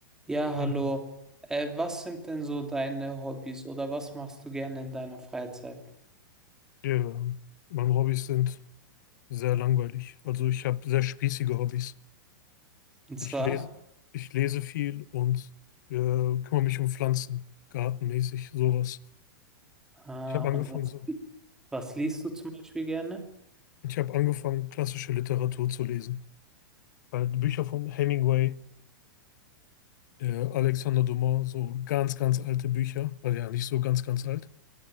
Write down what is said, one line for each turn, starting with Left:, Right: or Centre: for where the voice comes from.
Centre: Ja,
Left: Äh,
Centre: hallo. Äh, was sind denn so deine Hobbys oder was machst du gerne in deiner Freizeit?
Left: Ja, meine Hobbys sind sehr langweilig. Also ich habe sehr spießige Hobbys.
Centre: Und zwar,
Left: Ich lese, ich lese viel und äh, kümmere mich um Pflanzen, gartenmäßig, sowas.
Centre: ah,
Left: Ich habe angefangen
Centre: und was,
Left: so.
Centre: was liest du zum Beispiel gerne?
Left: Ich habe angefangen, klassische Literatur zu lesen. Halt Bücher von Hemingway, äh, Alexander Dumas, so ganz, ganz alte Bücher. Also ja, nicht so ganz, ganz alt.